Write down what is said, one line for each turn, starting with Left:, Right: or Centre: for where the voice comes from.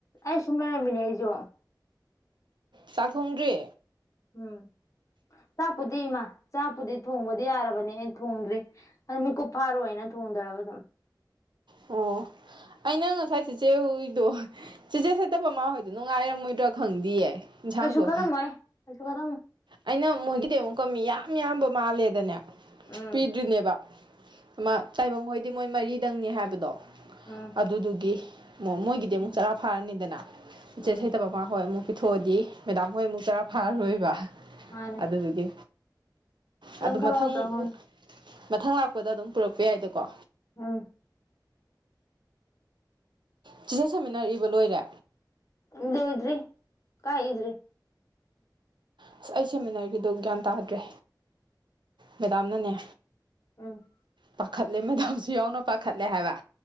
Left: ꯑꯩ ꯁꯨꯝꯂꯩꯔꯝꯃꯤꯅꯦ ꯑꯩꯖꯨ
Right: ꯆꯥꯛ ꯊꯣꯡꯗꯔꯤ
Left: ꯎꯝ ꯆꯥꯛꯄꯨꯗꯤ ꯃꯥ ꯆꯥꯛꯄꯨꯗꯤ ꯊꯣꯡꯕꯗꯤ ꯌꯥꯔꯕꯅꯤ ꯑꯩ ꯊꯣꯡꯗ꯭ꯔꯤ ꯑ ꯃꯤꯀꯨꯞ ꯐꯥꯔꯣꯏ ꯅ ꯊꯣꯡꯗꯔꯕ ꯑꯗꯨꯝ
Right: ꯑꯣ ꯑꯩꯅ ꯉꯁꯥꯏ ꯆꯦꯆꯦ ꯍꯨꯏꯗꯣ ꯆꯦꯆꯦ ꯁꯩꯇꯕꯃꯥꯍꯣꯏꯗꯣ ꯅꯨꯡꯉꯥꯏꯔꯝꯃꯣꯏꯗꯔꯥ ꯈꯪꯗꯤꯌꯦ ꯏꯟꯁꯥꯡꯗꯣ
Left: ꯀꯩꯁꯨ ꯈꯟꯂꯝꯃꯣꯏ ꯀꯩꯁꯨ ꯈꯟꯂꯝ
Right: ꯑꯩꯅ ꯃꯣꯏꯒꯤꯗꯤ ꯑꯃꯨꯛꯀ ꯃꯤ ꯌꯥꯝ ꯌꯥꯝꯕ ꯃꯥꯂꯦꯗꯅꯦ
Left: ꯎꯝ
Right: ꯄꯤꯗꯔꯤꯅꯦꯕ ꯑꯃ ꯇꯥꯏꯕꯪ ꯍꯣꯏꯗꯤ ꯃꯣꯏ ꯃꯔꯤꯗꯪꯅꯦ ꯍꯥꯏꯕꯗꯣ
Left: ꯎꯝ
Right: ꯑꯗꯨꯗꯨꯒꯤ ꯃꯣꯏꯒꯤꯗꯤ ꯑꯃꯨꯛ
Left: ꯎꯝ
Right: ꯆꯔꯥ ꯐꯥꯔꯅꯤꯗꯅ
Left: ꯎꯝ
Right: ꯆꯦ ꯁꯩꯇꯕꯃꯥ ꯍꯣꯏ ꯑꯃꯨꯛ ꯄꯤꯊꯣꯛꯑꯗꯤ ꯃꯦꯗꯥꯝ ꯍꯣꯏ ꯑꯃꯨꯛ ꯆꯥꯔꯥ ꯐꯥꯔꯔꯣꯏꯕ
Left: ꯃꯥꯅꯦ
Right: ꯑꯗꯨꯗꯨꯒꯤ
Left: <unintelligible>
Right: ꯑꯗꯨ ꯃꯊꯪ ꯃꯊꯪ ꯂꯥꯛꯄꯗ ꯑꯗꯨꯝ ꯄꯨꯔꯛꯄ ꯌꯥꯏꯗꯀꯣ
Left: ꯑꯝ
Right: ꯆꯤꯆꯦ ꯁꯥꯃꯤꯟꯅꯔ ꯏꯕ ꯂꯣꯏꯔꯦ
Left: ꯂꯣꯏꯗ꯭ꯔꯤ ꯀꯥꯏ ꯏꯗ꯭ꯔꯤ
Right: ꯑꯁ ꯑꯩ ꯁꯦꯃꯤꯟꯅꯔꯒꯤꯗꯣ ꯒ꯭ꯌꯥꯟ ꯇꯥꯗꯔꯦ ꯃꯦꯗꯥꯝꯅꯅꯦ
Left: ꯎꯝ
Right: ꯄꯥꯈꯠꯂꯦ ꯃꯦꯗꯥꯝꯖꯨ ꯌꯥꯎꯅ ꯄꯥꯈꯠꯂꯦ ꯍꯥꯏꯕ